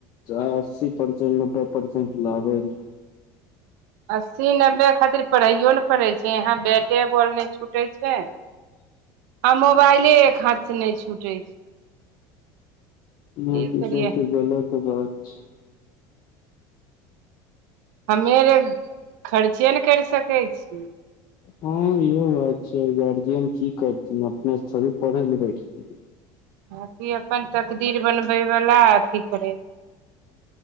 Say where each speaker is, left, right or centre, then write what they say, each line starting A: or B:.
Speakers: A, on the left; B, on the right.
A: अस्सी परसेंट नब्बे परसेंट लाबै ल।
B: अस्सी, नब्बे खातिर पढ़ैयो ने पड़ै छै, यहाँ बैटे बॉल नहि छुटै छै आ मोबाइले एक हाथ से नहि छूटै छै।
A: बहुत
B: की
A: ही
B: करियै
A: सब <unintelligible> <unintelligible>
B: हमे लग खर्चे न करि सकै छियै।
A: हँ इहो बात छियै, गार्जियन की करथिन अपने स चली पढ़ेेलै बैठ तु
B: बांकी अपन तकदीर बनबैवला अथी करे